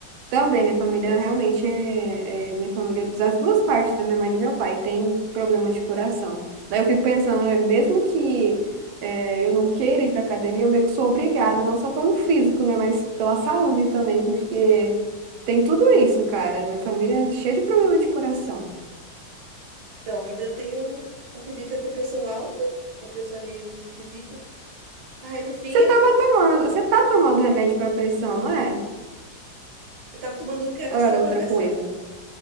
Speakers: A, on the right (about 80°); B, on the right (about 65°).
A: Também, minha família
B: coisa de coração.
A: realmente é, é- Minha família, é das duas partes, da minha mãe e do meu pai, tem problema de coração. Daí eu fico pensando, é, mesmo que é, eu não queira ir pra academia, eu meio que sou obrigada, não só pelo físico, né, mas pela saúde também, porque tem tudo isso, cara. Minha família é cheia de problema de coração.
B: Então, ainda tenho uma tendência a ter pressão alta, minha pressão é meio esquisita. Aí, no fim,
A: Você tava tomando, você tá tomando remédio pra pressão, não é?
B: eu tava tomando um que era
A: Ou
B: só
A: era
B: pra
A: outra
B: pressão.
A: coisa?